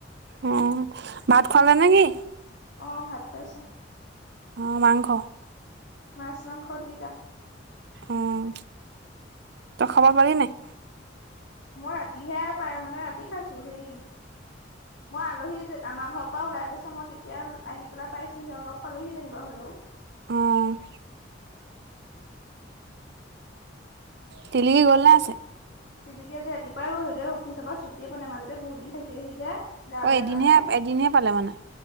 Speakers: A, on the right (about 60°); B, on the left (about 75°).
A: অ', ভাত খুৱালে নে কি?
B: অ', ভাত খুৱাইছে।
A: অ' মাংস?
B: মাছ, মাংস দুইটা।
A: উম, তই খবৰ পালি নাই।
B: মই ৰাতিহে পাই, মানে ৰাতি খাইছোঁ হেৰি, মই আলহী আমাৰ ঘৰ পৰা ওলাই গৈছে, মই তেতিয়া আহি পেলাই পাইছোঁহি, অ' লগ পালোহি যেনিবা হ'লেও।
A: অ'। তেলিকি গ'ল নে আছে?
B: তিতিকি আজি ৰাতিপুৱাই গ'ল, সেইটোৱে অফিৰ পৰা ছুটিয়ে পোৱা নাই, মাজতে বহুত দিন থাকিলে যে। গা
A: অ',
B: বেয়া
A: এদিনহে
B: কাৰণে।
A: এদিনহে পালে মানে